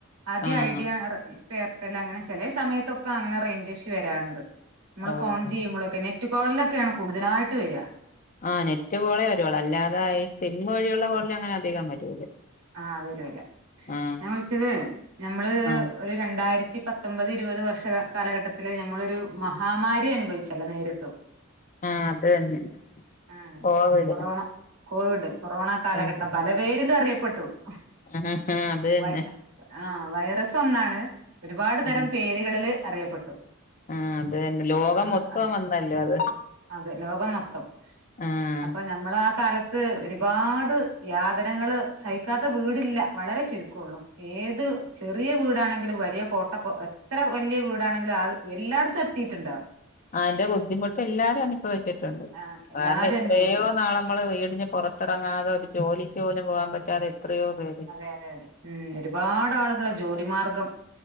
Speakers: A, on the right (about 80°); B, on the left (about 35°).
A: ആദ്യം
B: ആഹ്
A: ഐഡിയ എയർടെൽ അങ്ങനെ ചില സമയത്തൊക്കെ അങ്ങനെ റേഞ്ച് ഇഷ്യൂ വരാറുണ്ട് നമ്മള്
B: ഓഹ്
A: ഫോൺ ചെയ്യുമ്പോളൊക്കെ നെറ്റ് ക്കോളിലൊക്കെയാണ് കൂടുതലായിട്ട് വരിക
B: ആ നെറ്റ് കോളേ വരുവുളളു അല്ലാതെ ഈ സിം വഴിയുള്ള കോളിൽ അങ്ങനെ അധികം വരൂല
A: ആഹ് വരുല്ല
B: ആഹ്
A: ഞാൻ വിളിച്ചത് ഞമ്മള്
B: ആഹ്
A: ഒരു രണ്ടായിരത്തി പത്തൊമ്പത് ഇരുപത് വർഷ കാലഘട്ടത്തില് നമ്മളൊരു മഹാമാരി അനുഭവിച്ചല്ലോ നേരിട്ട്
B: ആഹ് അത് തന്നെ
A: ആഹ്
B: കോവിഡ്
A: കൊറോണ കോവിഡ് കൊറോണ കാലഘട്ടം
B: ആഹ്
A: പല പേരിലും അറിയപ്പെട്ടു ട്ടു
B: <inaudible> തന്നെ
A: വൈ ആഹ് വൈറസ് ഒന്നാണ് ഒരുപാട് തരം
B: ആഹ്
A: പേരുകളില് അറിയപ്പെട്ടു
B: ആഹ് അത് തന്നെ ലോകം
A: ആഹ്
B: മൊത്തം
A: അത്
B: വന്നല്ലോ അത്
A: അതെ ലോകം മൊത്തം
B: ആഹ്
A: അപ്പൊ ഞ നമ്മളാ കാലത്ത് ഒരുപാട് യാതനകൾ സഹിക്കാത്ത വീടില്ല വളരെ ചുരുക്കള്ളൂ ഏത് ചെറിയ വീടാണെങ്കിലും വലിയ കോട്ടക്ക എത്ര വല്യ വീടാണെങ്കിലും അത് എല്ലായിടത്തും കിട്ടിയിട്ടുണ്ടാവും
B: അതിന്റെ ബുദ്ധിമുട്ട് എല്ലാരും അനുഭവിച്ചിട്ടുണ്ട്
A: ആഹ് എല്ലാരും
B: കാരണം എത്രയോ
A: അനുഭവിച്ചത്
B: നാള് നമ്മള് വീടിന് പുറത്ത് ത്തിറങ്ങാതെ ഒരു ജോലിക്ക് പോലും പോവാൻ പറ്റാതെ എത്രയോ പേര്
A: അതെ അതെ അതെ ഉം ഒരുപാട് ആളുകളെ ജോലി മാർഗം